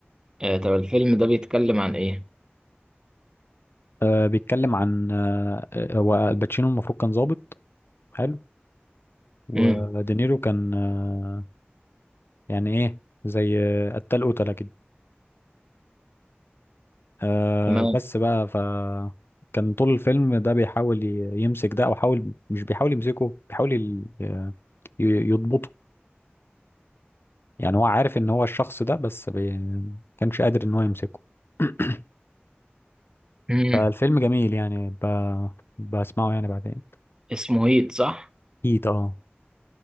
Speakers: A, on the right; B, on the left.
A: آه، طب الفيلم ده بيتكلم عن ايه
B: آه بيتكلم عن آه آه، هو الباتشينو المفروض كان ظابط حلو ودينيرو
A: امم
B: كان آه يعني ايه زي آه، قتال قتلة كده آه
A: تمام
B: بس بقى فكان طول الفيلم ده بيحاول ي- يمسك ده او حاول مش بيحاول يمسكه بيحاول ي- آه، ي- يضبطه يعني هو عارف ان هو الشخص ده بس بي... كانش قادر ان هو يمسكه <clears throat>
A: امم
B: فالفيلم جميل يعني ب... بسمعه يعني بعدين
A: اسمه هيت صح
B: اكيد اه